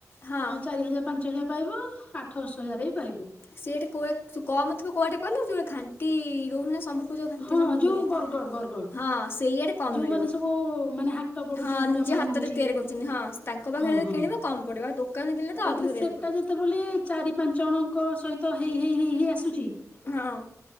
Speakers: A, on the left; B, on the left.
A: ହଁ
B: ଅଁ ଚାରି ହଜାର ପାଞ୍ଚ ହଜାର ପାଇବ ଆଠ ଦଶ ହଜାର ରେ ବି ପାଇବ।
A: ସେଟ କୋଉଆଡ଼େ ମୁଁ କମଥିବ କୋଉ ଆଡ଼େ କହିଲ ଯୋଉ ଏ ଖାଣ୍ଟି ଦୋଉ ନାହାନ୍ତି ସମ୍ବ ତୁ ଯୋଉ ଖାଣ୍ଟି
B: ହଁ
A: ସମ୍ବଲପୁରିଆ
B: ଯୋଉ ବରଗଡ଼ ବରଗଡ଼
A: ହଁ ସେଇଆଡ଼େ କମ
B: ଯୋଉମାନେ
A: ମିଳିବ।
B: ସବୁ ମାନେ ହାଟ ପଡୁଛି
A: ହଁ
B: ବୁଣାବୁଣି
A: ନିଜ ହାତରେ
B: ହଉଛି
A: ତିଆରି କରୁଛନ୍ତି ହଁ ତାଙ୍କ ପାଖରେ
B: ହଁ ହଁ
A: କିଣିବ କମ ପଡ଼ିବ ଆଉ ଦୋକାନରେ କିଣିଲେ
B: ତାପରେ
A: ତ ଅଧିକ ରେ
B: ସେଟା ଯେତେବେଳେ ଚାରି ପାଞ୍ଚ ଜଣଙ୍କ ସହିତ ହେଇ ହେଇ ହେଇ ହେଇ ଆସୁଛି।
A: ହଁ।